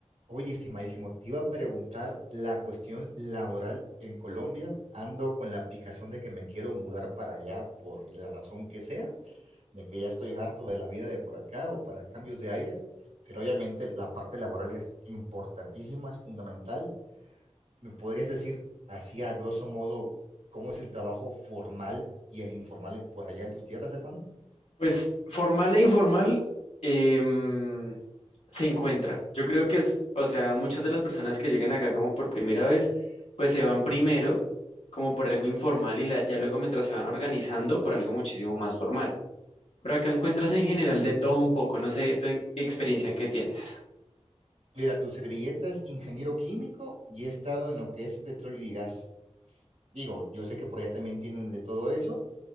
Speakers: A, on the right; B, on the left.
A: Oye, estimadísimo, te iba a preguntar la cuestión laboral en Colombia. Ando con la picazón de que me quiero mudar para allá por la razón que sea, de que ya estoy harto de la vida de por acá o para cambios de aires, pero obviamente la parte laboral es importantísima, es fundamental. ¿Me podrías decir así a grosso modo cómo es el trabajo formal y el informal por allá en tus tierras, hermano?
B: Pues formal e informal em, se encuentra. Yo creo que es, o sea, muchas de las personas que llegan acá como por primera vez, pues se van primero como por algo informal y la- ya luego mientras se van organizando por algo muchísimo más formal. Pero acá encuentras en general de todo un poco, no sé tu en- experiencia en qué tienes.
A: Mira, tu servilleta es ingeniero químico y he estado en lo que es petróleo y gas. digo, yo sé que por allá también tienen de todo eso.